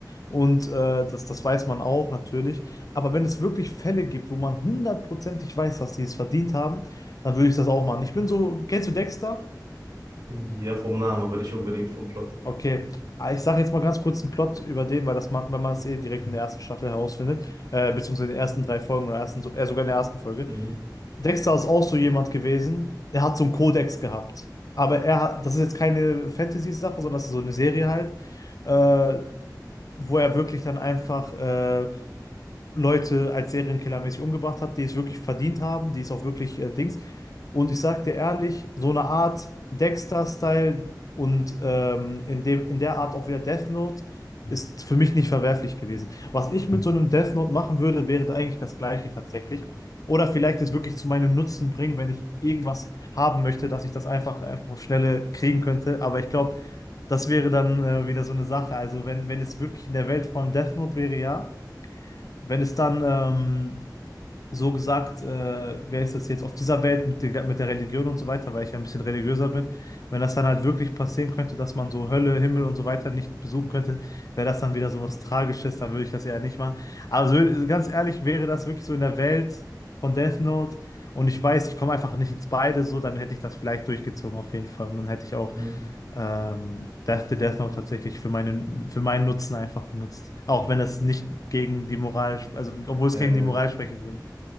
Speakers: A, on the left (about 55°); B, on the right (about 60°).
A: Und äh, das, das weiß man auch natürlich. Aber wenn es wirklich Fälle gibt, wo man hundertprozentig weiß, dass die es verdient haben, dann würde ich das auch machen. Ich bin so, kennst du Dexter?
B: Ja, vom Namen, aber nicht unbedingt vom Plot.
A: Okay. Ah, Ich sage jetzt mal ganz kurz einen Plot über den, weil das man, wenn man es eh direkt in der ersten Staffel herausfindet, äh, beziehungsweise in den ersten drei Folgen oder ersten, so- äh, sogar in der ersten Folge.
B: Mhm.
A: Dexter ist auch so jemand gewesen, der hat so einen Kodex gehabt. Aber er hat, das ist jetzt keine Fantasy-Sache, sondern das ist so eine Serie halt, äh, wo er wirklich dann einfach äh, Leute als Serienkillermäßig umgebracht hat, die es wirklich verdient haben, die es auch wirklich äh, Dings. Und ich sag dir ehrlich, so eine Art Dexter-Style und ähm, in dem, in der Art auch wieder Death Note ist für mich nicht verwerflich gewesen. Was ich mit so einem Death Note machen würde, wäre da eigentlich das Gleiche tatsächlich. Oder vielleicht es wirklich zu meinem Nutzen bringen, wenn ich irgendwas haben möchte, dass ich das einfach, einfach auf Schnelle kriegen könnte. Aber ich glaube, das wäre dann äh, wieder so eine Sache. Also wenn, wenn es wirklich in der Welt von Death Note wäre, ja. Wenn es dann ähm, so gesagt, äh, wer ist das jetzt auf dieser Welt mit der, mit der Religion und so weiter, weil ich ja ein bisschen religiöser bin, wenn das dann halt wirklich passieren könnte, dass man so Hölle, Himmel und so weiter nicht besuchen könnte, wäre das dann wieder so was Tragisches, dann würde ich das eher nicht machen. Aber so, ganz ehrlich, wäre das wirklich so in der Welt von Death Note und ich weiß, ich komme einfach nicht ins Beide, so, dann hätte ich das vielleicht durchgezogen auf jeden Fall und dann hätte ich auch
B: Mhm.
A: ähm, Death, the Death Note tatsächlich für meinen, für meinen Nutzen einfach benutzt. Auch wenn das nicht gegen die Moral, sp- also obwohl es
B: Ja,
A: gegen
B: ja.
A: die Moral
B: ja.
A: sprechen würde.